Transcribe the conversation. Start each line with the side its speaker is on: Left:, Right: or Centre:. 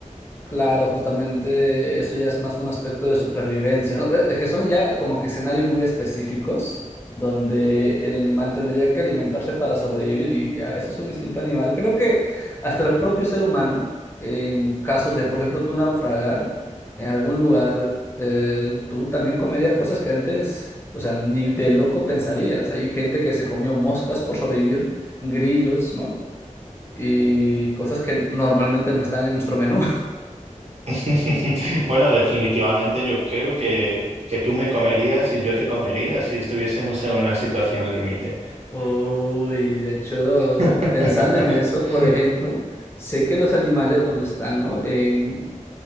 Left: Claro, justamente eso ya es más un aspecto de supervivencia, ¿no? Eh, Es que son ya como que escenarios muy específicos donde el animal tendría que alimentarse para sobrevivir y ya, eso es un instinto animal. Creo que hasta el propio ser humano, en casos de, por ejemplo, tú naufragar en algún lugar, eh, tú también comerías cosas que antes, o sea, ni de loco pensarías. Hay gente que se comió moscas por sobrevivir, grillos, ¿no? Y cosas que normalmente no están en nuestro menú.
Right: <laughs> Bueno, definitivamente yo creo que, que tú me comerías y yo te comería si estuviésemos en una situación límite.
Left: Uy, de hecho,
Right: <laughs>
Left: pensando en eso, por ejemplo, sé que los animales cuando están, ¿no? en